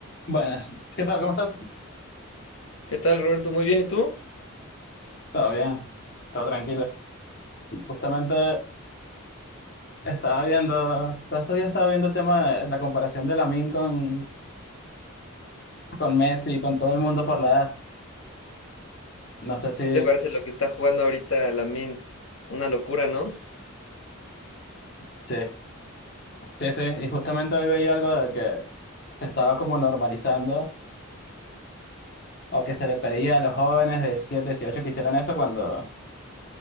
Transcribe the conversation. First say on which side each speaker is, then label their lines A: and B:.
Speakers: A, on the left; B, on the left.
A: Buenas, ¿qué tal? ¿Cómo estás?
B: ¿Qué tal, Roberto? Muy bien, ¿y tú?
A: Todo bien, todo tranquilo. Justamente estaba viendo, todo este día estaba viendo el tema de la comparación de Lamine con, con Messi, con todo el mundo por la edad. No sé si,
B: ¿Qué te parece lo que está jugando ahorita Lamin? Una locura, ¿no?
A: sí, sí, sí. Y justamente hoy veía algo de que estaba como normalizando o que se le pedía a los jóvenes de 17, 18 que hicieran eso cuando